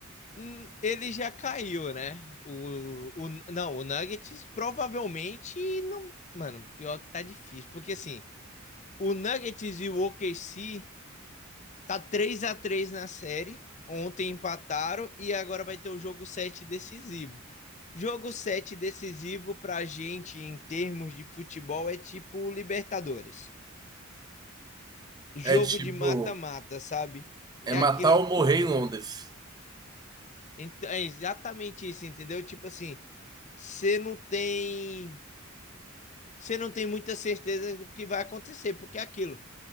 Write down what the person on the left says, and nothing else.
hum, ele já caiu, né? O, o, não, o Nuggets provavelmente não. Mano, pior que tá difícil. Porque assim, o Nuggets e o OKC tá 3 a 3 na série. Ontem empataram e agora vai ter o jogo 7 decisivo. Jogo 7 decisivo pra gente em termos de futebol é tipo Libertadores. jogo
de mata-mata, sabe? É
aquilo,
ent- é exatamente isso, entendeu? Tipo assim, você não tem, você não tem muita certeza do que vai acontecer, porque é aquilo,